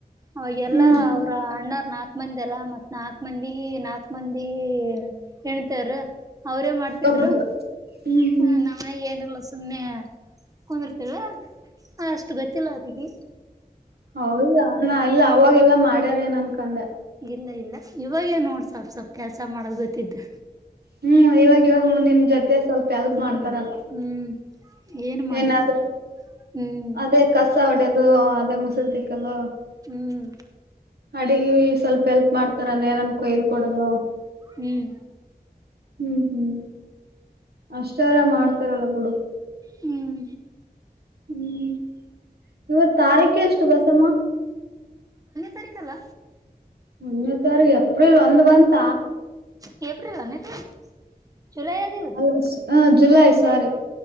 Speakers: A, on the right; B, on the right.
A: ಅವಾಗ ಎಲ್ಲಾ
B: ಹ್ಮ್
A: ಅವರ ಅಣ್ಣಾರ್ ನಾಲ್ಕ ಮಂದಿ ಎಲ್ಲಾ ಮತ್ ನಾಲ್ಕ ಮಂದಿ ಈ ನಾಕ್ ಮಂದಿ ಹೆಣತಾರ ಅವ್ರೇ ಮಾಡ್ತಿದ್ರು
B: ಹೌದು ಹ್ಮ್ ಹ್ಮ್
A: ಹ ನಮ್ಮಿ ಏನಿಲ್ಲ ಸುಮ್ಮ್ನೆ ಕುಂದಿರ್ತಲ್ ಅಷ್ಟು ಗೊತ್ತಿಲ್ಲ ಅವರಿಗೆ
B: ಹೌದಾ ಇಲ್ಲ ಅವಾಗೆಲ್ಲಾ ಮಾಡ್ಯಾರ ನನ್ಕಂದೆ
A: ಇಲ್ಲ ಇಲ್ಲ ಇವಾಗೇ ನೋಡ್ ಸ್ವಪ್ ಸ್ವಲ್ಪ್ ಕೆಲ್ಸ ಮಾಡದು ಗೊತ್ತಿದ
B: ಹ್ಮ್ ಇವಾಗ ಇವಾಗ ಮುಂದ ನಿನ್ ಜೊತೆ ಸ್ವಲ್ಪ ಎಲ್ಪ್
A: ಹ್ಮ್
B: ಮಾಡ್ತಾರಲ್ಲ
A: ಹ್ಮ್ ಏನು ಮಾಡಿಲ್ಲ
B: ಏನಾದ್ರ
A: ಹ್ಮ್
B: ಅದೇ ಕಸ ಹೊಡೆಯದು ಅದೇ ಮುಸರು ತಿಕ್ಕೋದು
A: ಹ್ಮ್
B: ಅಡಗಿ ಸ್ವಲ್ಪ ಎಲ್ಪ್ ಮಾಡ್ತಾರಾನ ನನ್ಕ ಇದ್ ಕೊಡದು
A: ಹ್ಮ್
B: ಹ್ಮ್ ಹ್ಮ್ ಅಷ್ಟಾರ ಮಾಡ್ತಾರಲ್ಲ ಗುಡು
A: ಹ್ಮ್
B: ಹ್ಮ್ ಇವತ್ ತಾರೀಕ ಎಷ್ಟು ಬಸಮ್ಮ
A: ತಾರಕಲ್ಲ.
B: ಮುನತ್ರ್ ಎಪ್ಡಿಲ್ಲಿ ಒಂದು ಬಂತ
A: ಕೆಪ್ರಿಲ್ನ ತು ಜುಲೈ ಆದಗಿದ್ದಲ
B: ಅಲ್ಲ ಹ ಜುಲೈ ಸಾರಿ
A: ಸ